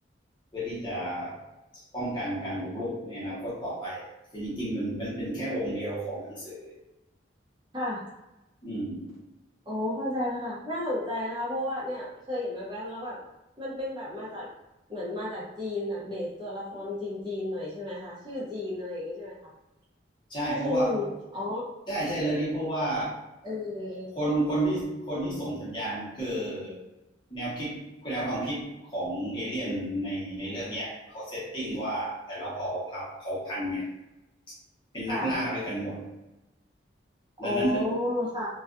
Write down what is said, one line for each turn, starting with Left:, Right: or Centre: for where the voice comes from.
Left: เพื่อที่จะป้องกันการบุกรุกในอนาคตต่อไปคือจริงๆมันมันเป็นแค่องค์เดียวของหนังสือ
Right: ค่ะ
Left: อืม
Right: โอ้เข้าใจแล้วค่ะน่าสนใจนะคะเพราะว่าเนี่ยเคยเห็นแวบๆแล้วแบบมันเป็นแบบมาจากเหมือนมาจากจีนแบบเบสตัวละครจีนจีนหน่อยใช่ไหมคะชื่อจีนอะไรอย่างงี้ใช่ไหมคะ
Left: ใช่เพราะว่า
Right: ใช่ใช่เรื่องนี้อ๋อ
Left: ใช่ใช่เรื่องนี้เพราะว่า
Right: เออ
Left: คนคนที่คนที่ส่งสัญญาณคือแนวคิดแนวความคิดของเอเลี่ยนในในเรื่องเนี้ยเขาเซตติ้งว่าแต่ละเผ่าเผ่าพันธุ์เนี่ยเป็นนักล่าด้วยกันหมด
Right: ค่ะโอ้
Left: ดังนั้นด
Right: ค่ะ